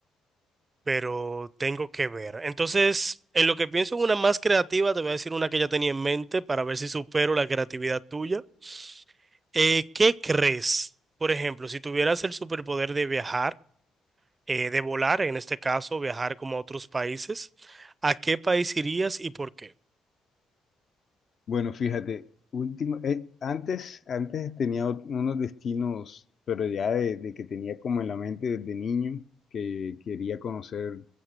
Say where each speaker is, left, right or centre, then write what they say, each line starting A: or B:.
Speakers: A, on the right (about 30°); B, on the left (about 50°).
A: pero tengo que ver. Entonces, en lo que pienso en una más creativa, te voy a decir una que ya tenía en mente para ver si supero la creatividad tuya. Eh, ¿qué crees? Por ejemplo, si tuvieras el superpoder de viajar, eh, de volar, en este caso, viajar como a otros países, ¿a qué país irías y por qué?
B: Bueno, fíjate, último, eh, antes, antes tenía ot- unos destinos, pero ya de, de que tenía como en la mente desde niño, que quería conocer